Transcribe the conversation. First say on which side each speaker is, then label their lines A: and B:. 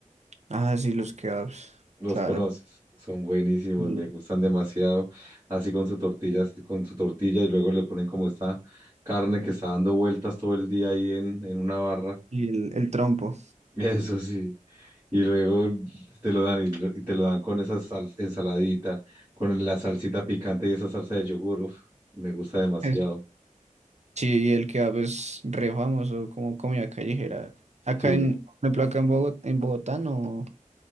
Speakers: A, on the right; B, on the right.
A: Ah, sí, los kebabs.
B: Los
A: Claro.
B: conoces, son buenísimos,
A: Sí.
B: me gustan demasiado. Así con su tortilla, con su tortilla y luego le ponen como esta carne que está dando vueltas todo el día ahí en, en una barra.
A: Y el, el trompo.
B: <laughs> Eso sí. Y luego te lo dan y, lo- y te lo dan con esa sal- ensaladita, con la salsita picante y esa salsa de yogur. Uf, me gusta demasiado.
A: Es- Sí, y el kebab es re famoso como comida callejera. Acá
B: Sí,
A: en, por ejemplo, acá en Bogotá, en Bogotá no.